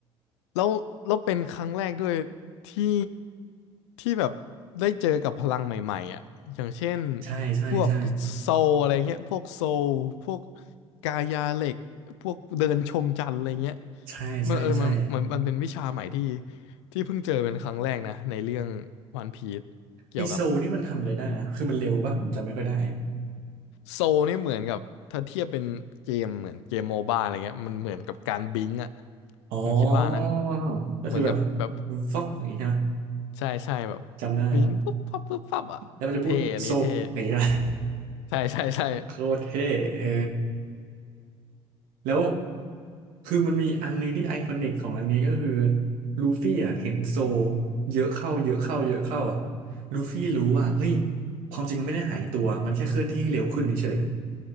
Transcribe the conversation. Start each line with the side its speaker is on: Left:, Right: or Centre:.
Left: แล้วแล้วเป็นครั้งแรกด้วยที่ที่แบบได้เจอกับพลังใหม่ๆอ่ะอย่างเช่น
Right: ใช่ใช่ใช่
Left: พวกโซลอะไรเงี้ยพวกโซลพวกกายาเหล็กพวกเดินชมจันทร์อะไรเงี้ย
Right: ใช่ใช่ใช่
Left: มันเออมันมันมันเป็นวิชาใหม่ที่ที่เพิ่งเจอเป็นครั้งแรกนะในเรื่องวันพีซเกี่ยวกับ
Right: ไอโซลนี่มันทำอะไรได้นะคือมันเร็วป่ะผมจำไม่ค่อยได้
Left: โซลนี่เหมือนกับถ้าเทียบเป็นเกมเหมือนเกมโมบ้าอะไรเงี้ยมันเหมือนกับการบิงก์อ่ะ
Right: อ๋อ
Left: ผมคิดว่านะ
Right: ก็คือแบบ
Left: เหมือนกับแบบ
Right: ฟ็อกอย่างงี้ใช่ไหม
Left: ใช่ใช่แบบ
Right: จำได้แล้ว
Left: บิงปุ๊บปั๊บปุ๊บปั๊บอ่ะเท่
Right: แล้วมันจะพูดโซอย่างงี้ใช่ไหม
Left: อันนี้เท่
Right: <laughs>
Left: ใช่ใช่ใช่
Right: โคตรเท่เออแล้วคือมันมีอันนึงที่ไอคอนิกของอันนี้ก็คือลูฟี่อ่ะเห็นโซเยอะเข้าเยอะเข้าเยอะเข้าอ่ะลูฟี่รู้ว่าเฮ้ยความจริงมันไม่ได้หายตัวมันแค่เคลื่อนที่ให้เร็วขึ้นเฉย